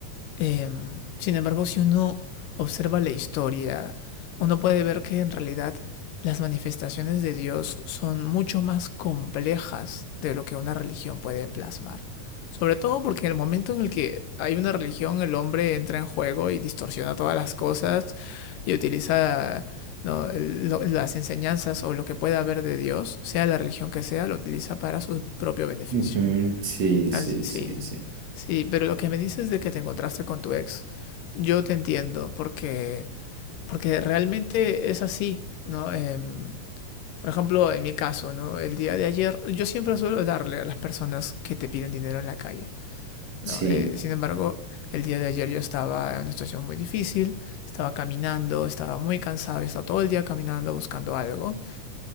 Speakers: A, on the left; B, on the right.
A: Em, sin embargo, si uno observa la historia, uno puede ver que en realidad las manifestaciones de Dios son mucho más complejas de lo que una religión puede plasmar. Sobre todo porque en el momento en el que hay una religión, el hombre entra en juego y distorsiona todas las cosas y utiliza ¿no? lo- las enseñanzas o lo que pueda haber de Dios, sea la religión que sea, lo utiliza para su propio beneficio.
B: Ujú, Sí,
A: Así,
B: sí,
A: sí,
B: sí,
A: Sí, pero lo que me dices de que te encontraste con tu ex, yo te entiendo, porque, porque realmente es así, ¿no? Em, por ejemplo, en mi caso, ¿no? El día de ayer, yo siempre suelo darle a las personas que te piden dinero en la calle,
B: sí,
A: ¿no? Eh,
B: sí,
A: sin embargo, el día de ayer yo estaba en una situación muy difícil, estaba caminando, estaba muy cansado, estaba todo el día caminando buscando algo,